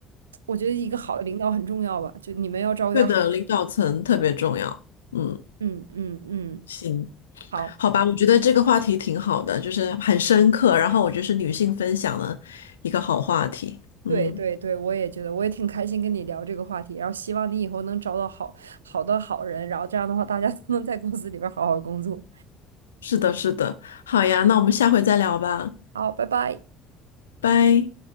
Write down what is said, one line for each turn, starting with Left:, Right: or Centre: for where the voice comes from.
Right: 我觉得一个好的领导很重要吧，就你们要招点好，
Left: 对的，领导层特别重要。嗯，
Right: 嗯嗯。嗯
Left: 行，
Right: 好，
Left: 好吧，我觉得这个话题挺好的，就是很深刻，然后我觉得是女性分享的一个好话题。嗯，
Right: 对对对，我也觉得，我也挺开心跟你聊这个话题，然后希望你以后能找到好好的好人，然后这样的话，大家都能在公司里边儿好好工作。
Left: 是的，是的，好呀，那我们下回再聊吧，
Right: 好，拜拜。
Left: 拜。